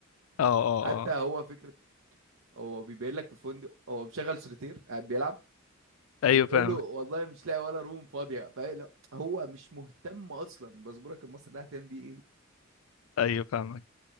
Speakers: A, on the left; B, on the right.
A: اه اه
B: <laughs> حتى هو فكرة هو بيبين لك في الفندق هو مشغل سوليتير قاعد بيلعب
A: ايوه
B: وبيقول
A: فاهمك
B: له والله مش لاقي ولا روم فاضية فهو مش مهتم أصلا باسبورك المصري ده هتعمل بيه إيه
A: ايوه فاهمك